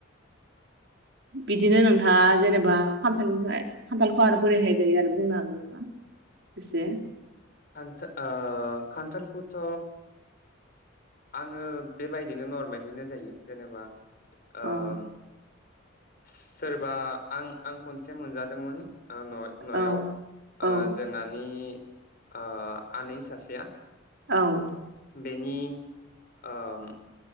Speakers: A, on the right; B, on the left.
A: बिदिनो नोंथाङा जेनेबा खान्थालनिफ्राय खान्थालखौ आरो बोरैहाय जायो आरो बुंनो हागोन नामा एसे?
B: खान्था ओ खान्थालखौथ' आङो बेबायदिनो नरमेलैनो जायो जेनेबा ओम
A: औ
B: सोरबा आं आं खनसे मोनजादोंमोन ओ न'य न'याव
A: औ
B: आ
A: औ
B: जोंङानि ओ आनै सासेया
A: औ
B: बेनि ओम